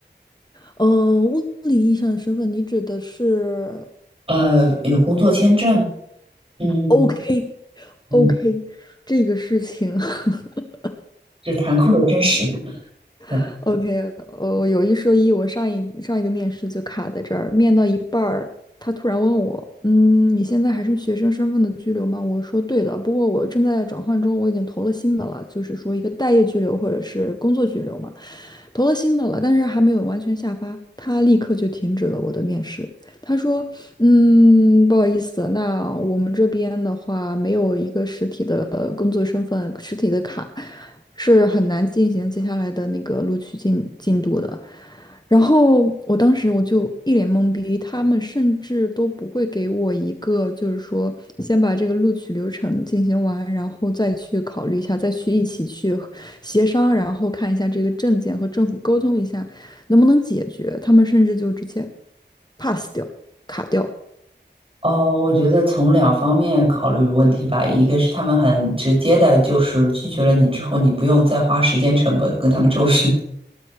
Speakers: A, on the left; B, on the right.
A: 呃，物理意义上的身份，你指的是
B: 呃，有工作签证，嗯
A: OK
B: 嗯，
A: OK 这个事情。<laughs>
B: 这残酷的真实。对。
A: <laughs> OK，呃，有一说一，我上一上一个面试就卡在这儿，面到一半儿，他突然问我，嗯，你现在还是学生身份的居留吗？我说对的，不过我正在转换中，我已经投了新的了，就是说一个待业居留或者是工作居留嘛，投了新的了，但是还没有完全下发，他立刻就停止了我的面试。他说：“嗯，不好意思，那我们这边的话没有一个实体的呃工作身份、实体的卡，是很难进行接下来的那个录取进进度的。”然后我当时我就一脸懵逼，他们甚至都不会给我一个，就是说先把这个录取流程进行完，然后再去考虑一下，再去一起去协商，然后看一下这个证件和政府沟通一下。能不能解决，他们甚至就直接 pass 掉、卡掉。
B: 哦，我觉得从两方面考虑问题吧，一个是他们很直接的，就是拒绝了你之后，你不用再花时间成本跟他们周旋。<laughs>